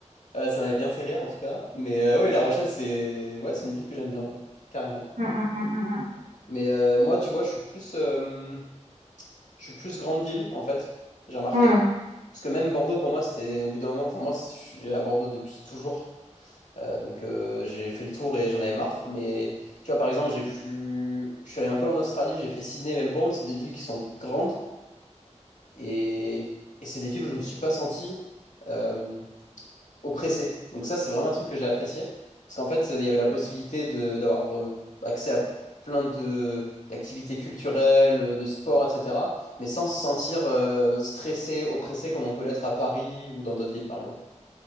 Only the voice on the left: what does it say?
Euh, ça m'avait bien fait rire en tout cas. Mais euh, ouais, La Rochelle, c'est ouais, c'est une ville que j'aime bien, ouais, carrément.
Mais euh, moi, tu vois, je suis plus, euh, je suis plus grande ville en fait, j'ai remarqué.
Parce que même Bordeaux, pour moi, c'était au bout d'un moment. Enfin, moi, je suis à Bordeaux depuis toujours. Euh, donc euh, j'ai fait le tour et j'en avais marre. Mais tu vois, par exemple, j'ai plus. Je suis allé un peu en Australie, j'ai fait Sydney, et Melbourne. C'est des villes qui sont grandes et, et c'est des villes où je me suis pas senti. euh, oppressé. Donc ça, c'est vraiment un truc que j'ai apprécié. Parce qu'en fait, euh, il y avait la possibilité de d'avoir euh, accès à plein de d'activités culturelles, euh, de sport, etc. Mais sans se sentir euh, stressé, oppressé comme on peut l'être à Paris ou dans d'autres villes, par exemple.